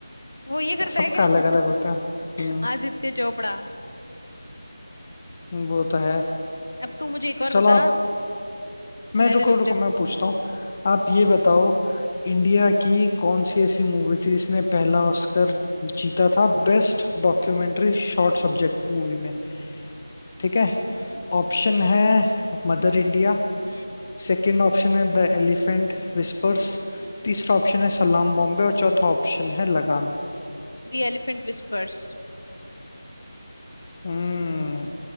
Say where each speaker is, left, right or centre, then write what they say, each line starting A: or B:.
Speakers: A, on the left; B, on the left.
A: वो ये करता
B: सबका
A: है क्या
B: अलग अलग होता है
A: <laughs>
B: हम्म
A: आदित्य चोपड़ा
B: वो तो है
A: अब तू मुझे एक और
B: चलो
A: बता
B: आप
A: हम्म,
B: मैं रुको
A: अरे रुक
B: रुको
A: जा
B: मैं पूछता हूँ आप ये बताओ इंडिया की कौन सी ऐसी मूवी थी जिसने पहला ऑस्कर जीता था best documentary short subject movie में ठीक है
A: हम्म
B: ऑप्शन है मदर इंडिया
A: हम्म
B: सेकंड ऑप्शन है द एलिफेंट विस्पर्स
A: हम्म
B: तीसरा ऑप्शन है सलाम बॉम्बे और चौथा ऑप्शन है लगान
A: The elephant whispers
B: हम्म